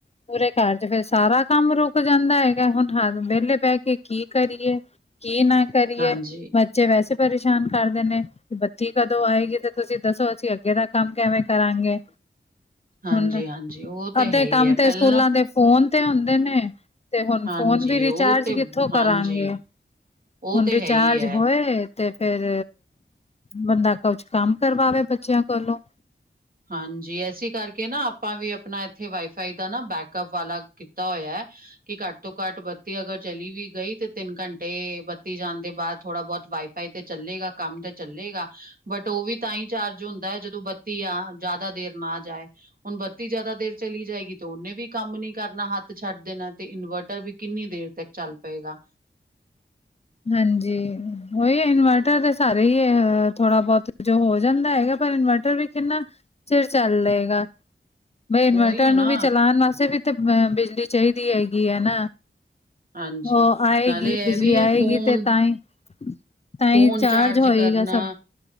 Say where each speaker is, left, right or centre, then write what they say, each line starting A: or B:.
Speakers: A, on the left; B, on the right.
A: ਪੂਰੇ ਘਰ ਚ ਫਿਰ ਸਾਰਾ ਕੰਮ ਰੁਕ ਜਾਂਦਾ ਹੈਗਾ ਹੁਣ ਠਾ ਵਿਹਲੇ ਬਹਿ ਕੇ ਕੀ ਕਰੀਏ? ਕੀ ਨਾ ਕਰੀਏ
B: ਹਾਂਜੀ,
A: ਬੱਚੇ ਵੈਸੇ ਪਰੇਸ਼ਾਨ। ਕਰਦੇ ਨੇ ਬੱਤੀ ਕਦੋਂ ਆਏਗੀ ਤੇ ਤੁਸੀਂ ਦੱਸੋ ਅਸੀਂ ਅੱਗੇ ਦਾ ਕੰਮ ਕਿਵੇਂ ਕਰਾਂਗੇ?
B: ਹਾਂਜੀ-ਹਾਂਜੀ
A: ਹੁਣ
B: ਉਹ ਤੇ
A: ਅੱਧੇ
B: ਹੈ ਹੀ
A: ਕੰਮ
B: ਹੈ
A: ਤੇ
B: ਪਹਿਲਾਂ
A: ਸਕੂਲਾਂ ਦੇ ਫੋਨ ਤੇ ਹੁੰਦੇ ਨੇ। ਤੇ ਹੁਣ
B: ਹਾਂਜੀ
A: ਫੋਨ ਵੀ ਰਿਚਾਰਜ
B: ਉਹ ਤੇ
A: ਕਿੱਥੋਂ ਕਰਾਂਗੇ
B: ਹਾਂਜੀ ਉਹ
A: ਹੁਣ
B: ਤੇ
A: ਰਿਚਾਰਜ
B: ਹੈ ਹੀ ਹੈ।
A: ਹੋਏ ਤੇ ਫੇਰ ਬੰਦਾ ਕੁਛ ਕੰਮ ਕਰਵਾਵੇ ਬੱਚਿਆਂ ਕੋਲੋਂ।
B: ਹਾਂਜੀ, ਇਸੇ ਕਰਕੇ ਨਾ ਆਪਾਂ ਵੀ ਆਪਣਾ ਇੱਥੇ ਵਾਈਫਾਈ ਦਾ ਨਾ ਬੈਕਅਪ ਵਾਲਾ ਕੀਤਾ ਹੋਇਆ ਐ। ਕਿ ਘੱਟ ਤੋਂ ਘੱਟ ਬੱਤੀ ਅਗਰ ਚਲੀ ਵੀ ਗਈ ਤੇ ਤਿੰਨ ਘੰਟੇ ਬੱਤੀ ਜਾਣ ਦੇ ਬਾਅਦ ਥੋੜਾ ਬਹੁਤ ਵਾਈਫ ਫਾਈ ਤੇ ਚੱਲੇਗਾ ਕੰਮ ਤੇ ਚੱਲੇਗਾ ਬਟ ਉਹ ਵੀ ਤਾਂ ਹੀ ਚਾਰਜ ਹੁੰਦਾ ਹੈ ਜਦੋਂ ਬੱਤੀ ਆ ਜ਼ਿਆਦਾ ਦੇਰ ਨਾ ਜਾਏ। ਹੁਣ ਬੱਤੀ ਜ਼ਿਆਦਾ ਦੇਰ ਚਲੀ ਜਾਏਗੀ ਤੇ ਉਹਨੇ ਵੀ ਕੰਮ ਨੀ ਕਰਨਾ ਹੱਥ ਛੱਡ ਦੇਣਾ ਤੇ ਇਨਵਰਟਰ ਵੀ ਕਿੰਨੀ ਦੇਰ ਤੱਕ ਚੱਲ ਪਏਗਾ।
A: ਹਾਂਜੀ, ਉਹੀ ਇਨਵਰਟਰ ਤਾਂ ਸਾਰੇ ਹੀ ਏ, ਹੈ ਥੋੜ੍ਹਾ ਬਹੁਤ ਜੋ ਹੋ ਜਾਂਦਾ ਹੈਗਾ, ਪਰ ਇਨਵਰ ਟਰ ਵੀ ਕਿੰਨਾ, ਚਿਰ ਚੱਲ ਲਏ ਗਾ। ਬਈ ਇਨਵਰਟਰ
B: ਉਹੀ ਹੈ
A: ਨੂੰ
B: ਨਾ
A: ਵੀ ਚਲਾਉਣ ਵਾਸਤੇ ਵੀ ਤੇ ਅ ਬਿਜਲੀ ਚਾਹੀਦੀ ਹੈਗੀ ਹੈ ਨਾ।
B: ਹਾਂਜੀ
A: ਉਹ ਆਏਗੀ,
B: ਨਾਲੇ
A: ਬਿਜਲੀ
B: ਇਹ ਵੀ
A: ਆਏਗੀ।
B: ਹੈ ਫੋਨ
A: ਤਈ, ਤਾਂਈ
B: ਫੋਨ
A: ਚਾਰਜ ਹੋਏਗਾ,
B: ਕਰਨਾ
A: ਸਭ।